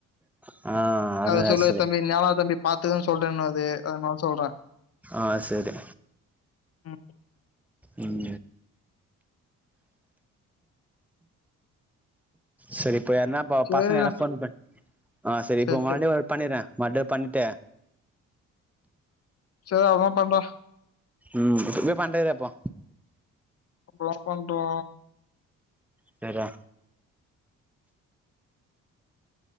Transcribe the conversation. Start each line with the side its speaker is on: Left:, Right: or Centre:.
Centre: ஆ அது
Left: அவுரு
Centre: மாரி
Left: சொல்வாரு
Centre: ஆச்சு
Left: தம்பி நானா தம்பி பாத்துக்கன் சொல்றன்னது அதுனால சொல்ற
Centre: ஆ செரி
Left: ம்,
Centre: ம் செரி இப்ப யார்னா ப
Left: சரிடா
Centre: பசங்க யார்னா ஃபோன் பண் ஆ செரி
Left: சரி
Centre: இப்ப மறுடியோ
Left: சரி
Centre: பண்ணிற மறுப்டியு பண்ட்டு
Left: செர் அப்மா பண்றா
Centre: ம் என்ன பண்றது அப்போ
Left: ஒர்க் பண்றோ
Centre: செர் ரா